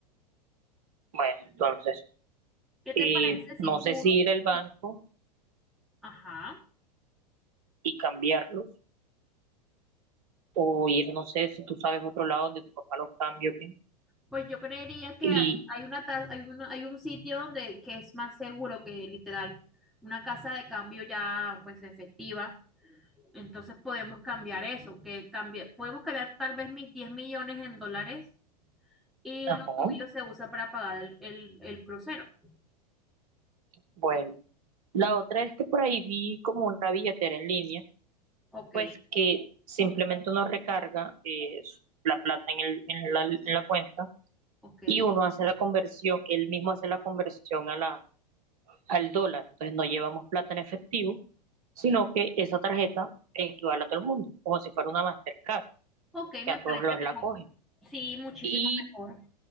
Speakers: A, on the right (about 60°); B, in the centre.
A: bueno, entonces,
B: ¿Qué te
A: eh,
B: parece
A: no
B: si
A: sé
B: tú...
A: si ir al banco
B: si- Ajá.
A: y cambiarlos, o ir, no sé, si tú sabes otro lado donde tu papá los cambie, ¿ok?
B: Pues yo creería que
A: Y,
B: hay, hay una, ta- hay una- hay un sitio donde que es más seguro que literal una casa de cambio ya pues efectiva. Entonces podemos cambiar eso, que cambie, podemos cambiar tal vez mis 10 millones en dólares y
A: ajá,
B: lo tuyo se usa para pagar el, el, el crucero.
A: bueno. La otra es que por ahí vi como una billetera en línea,
B: Ok,
A: pues que simplemente uno recarga eh, la plata en el, en la, en la cuenta
B: ok.
A: y uno hace la conversión, él mismo hace la conversión a la, al dólar. Entonces no llevamos plata en efectivo, sino que esa tarjeta equivale a todo el mundo, como si fuera una Mastercard,
B: Ok,
A: que
B: me
A: a todos
B: parece
A: los la
B: mejor.
A: cogen.
B: Sí, muchísimo
A: Y,
B: mejor.